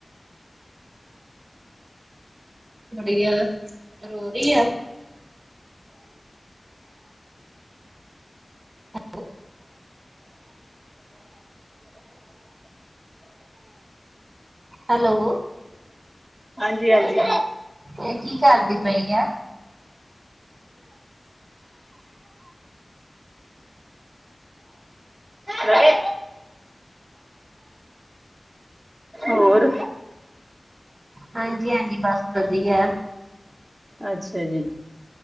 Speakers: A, on the right (about 45°); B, in the centre.
A: ਗੁਡੀਆ ਰੋ ਰਹੀ ਆ? ਹੈਲੋ ਹੈਲੋ
B: ਹਾਂਜੀ ਹਾਂਜੀ
A: ਇਹ ਕੀ ਕਰਦੀ ਪਈ ਆ?
B: ਗਏ ਹੋਰ
A: ਹਾਂਜੀ ਹਾਂਜੀ ਬਸ ਵਧੀਆ
B: ਅੱਛਾ ਜੀ।